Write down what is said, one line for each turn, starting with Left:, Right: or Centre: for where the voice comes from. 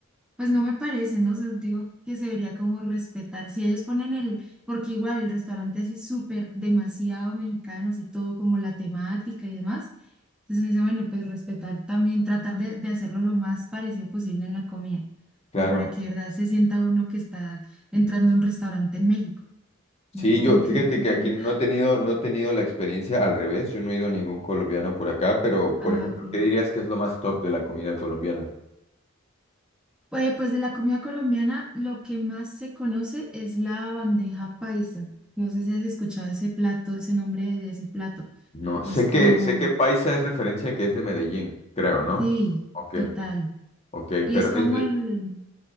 Centre: Pues no me parece, no sé, digo que se debería como respetar. Si ellos ponen el, porque igual el restaurante así súper demasiado mexicanos y todo como la temática y demás. Entonces me dice, bueno, pues respetar también, tratar de, de hacerlo lo más parecido posible en la comida,
Left: Claro.
Centre: como para que de verdad se sienta uno que está entrando a un restaurante en México, no
Left: Sí,
Centre: como
Left: yo, fíjate
Centre: que... <laughs>
Left: que aquí no he tenido, no he tenido la experiencia al revés. Yo no he ido a ningún colombiano por acá, pero,
Centre: Ah,
Left: por ejemplo,
Centre: ok.
Left: ¿qué dirías que es lo más top de la comida colombiana?
Centre: Pues, pues de la comida colombiana, lo que más se conoce es la bandeja paisa. No sé si has escuchado ese plato, ese nombre de ese plato.
Left: No, sé
Centre: Es como,
Left: que, sé que paisa es referencia que es de Medellín, creo, ¿no?
Centre: sí,
Left: Ok,
Centre: total.
Left: ok,
Centre: Y
Left: pero
Centre: es como
Left: es, es-
Centre: el,